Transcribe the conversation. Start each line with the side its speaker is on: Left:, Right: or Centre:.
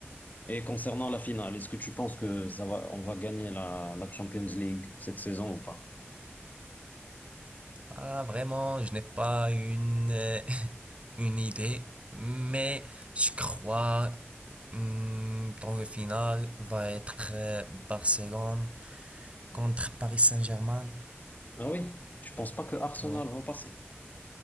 Left: Et concernant la finale, est-ce que tu penses que ça va, on va gagner la, la Champions League cette saison ou pas?
Right: Ah, vraiment, je n'ai pas une, euh, <laughs> une idée, mais je crois hmm, dans le final va être euh, Barcelone contre Paris Saint-Germain.
Left: Ah oui, je pense pas que Arsenal
Right: Ouais,
Left: va passer.